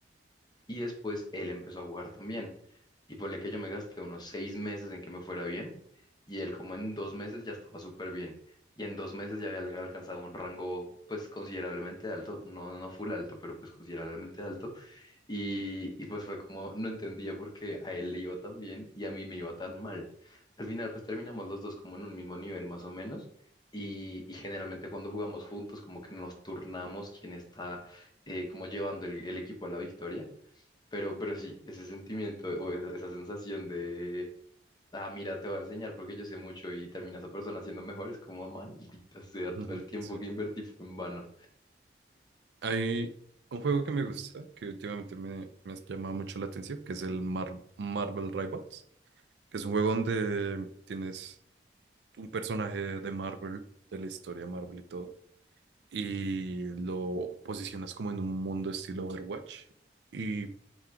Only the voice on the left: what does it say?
Y después él empezó a jugar también. Y ponle que yo me gasté unos seis meses en que me fuera bien y él como en dos meses ya estaba súper bien. Y en dos meses ya había alcanzado un rango pues considerablemente alto, no, no full alto, pero pues considerablemente alto. Y, y pues fue como, no entendía por qué a él le iba tan bien y a mí me iba tan mal. Al final, pues terminamos los dos como en un mismo nivel más o menos. Y, y generalmente cuando jugamos juntos, como que nos turnamos quién está eh, como llevando el, el equipo a la victoria. Pero, pero sí, ese sentimiento o esa, esa sensación de, ah, mira, te voy a enseñar porque yo sé mucho y termina esa persona siendo mejor, es como, maldita sea,
todo
el tiempo
que invertí fue en vano.